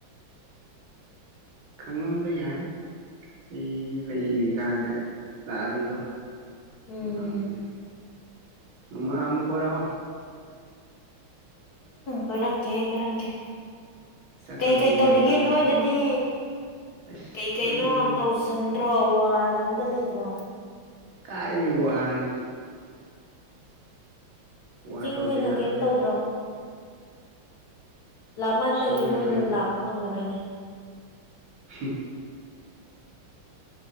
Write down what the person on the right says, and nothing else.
ꯈꯪꯂꯝꯕ ꯌꯥꯏ ꯑꯩ ꯂꯩꯔꯤꯀꯥꯟꯗ ꯂꯥꯛꯑꯗꯤꯀꯣ
ꯑꯝꯕꯅꯤ ꯅꯃ ꯅꯃꯀ ꯑꯣꯔ
ꯁꯛꯈꯪ
ꯃꯥꯏꯈꯪꯒꯁꯦ
ꯑꯁ ꯑꯩꯈꯣꯏꯗꯤ
ꯀꯥꯏꯔꯤꯕꯕ ꯍꯥꯥꯔꯅꯣꯗ ꯋꯥꯔ
ꯇꯧꯗꯦꯗ ꯑꯩꯈꯣꯏꯗꯤ
ꯎꯝ
ꯀꯩꯁꯨ ꯇꯧꯗꯦ
ꯑꯩꯈꯣꯏꯗꯗꯤ
ꯎꯝ